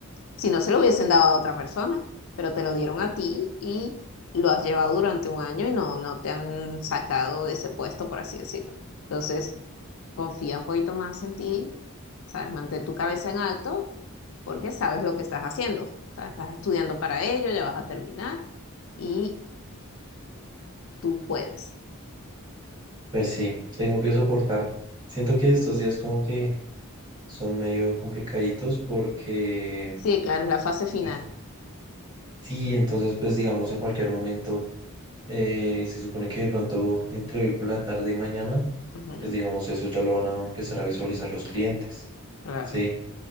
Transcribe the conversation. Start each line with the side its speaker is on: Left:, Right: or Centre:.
Left: Si no, se lo hubiesen dado a otra persona, pero te lo dieron a ti y lo has llevado durante un año y no, no te han sacado de ese puesto, por así decirlo. Entonces, confía un poquito más en ti, ¿sabes? Mantén tu cabeza en alto porque sabes lo que estás haciendo. O sea, estás estudiando para ello, ya vas a terminar y tú puedes.
Right: Pues sí, tengo que soportar. Siento que estos días como que son medio complicaditos porque,
Left: Sí, claro, es la fase final.
Right: pues, sí, entonces pues digamos en cualquier momento, eh, se supone que de pronto entre hoy por la tarde y mañana,
Left: Ujú,
Right: pues digamos eso ya lo van a empezar a visualizar los clientes,
Left: claro.
Right: ¿sí?